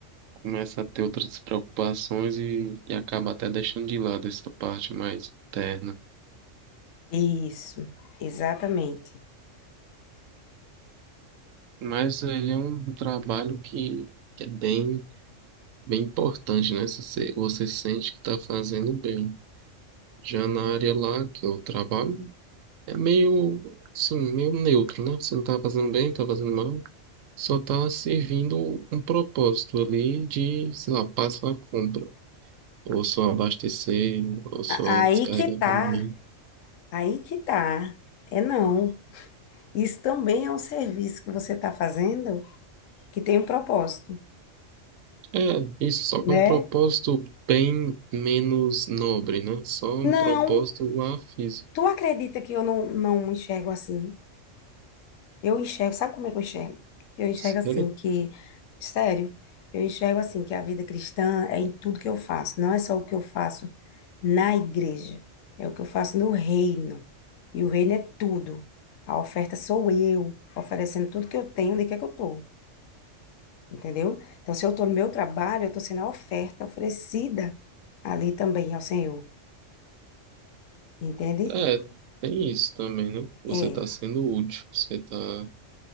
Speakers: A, on the right; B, on the left.
A: começa a ter outras preocupações e, e acaba até deixando de lado essa parte mais interna.
B: isso, exatamente.
A: Mas ele é um trabalho que, que é bem, bem importante, né? Se Você, você sente que está fazendo bem. Já na área lá que eu trabalho, É meio, sim meio neutro, né? Você não tá fazendo bem, não tá fazendo mal. Só tá servindo um propósito ali de, sei lá, passa a compra. Ou só abastecer, ou só
B: A-
A: descarregar
B: Aí que tá,
A: caminhão.
B: aí que tá, é não. Isso também é um serviço que você tá fazendo que tem um propósito,
A: É, isso só que
B: né?
A: é um propósito bem menos nobre, né? Só um
B: Não,
A: propósito lá físico.
B: tu acredita que eu não, não enxergo assim? Eu enxergo, sabe como é que eu enxergo? Eu enxergo
A: Sério?
B: assim que, sério, eu enxergo assim que a vida cristã é em tudo que eu faço, não é só o que eu faço na igreja, é o que eu faço no reino. E o reino é tudo. A oferta sou eu, oferecendo tudo que eu tenho, onde quer que eu tô, entendeu? Então, se eu tô no meu trabalho, eu tô sendo a oferta oferecida ali também ao Senhor, entende?
A: É, tem isso também, né? Você
B: É.
A: tá sendo útil, você tá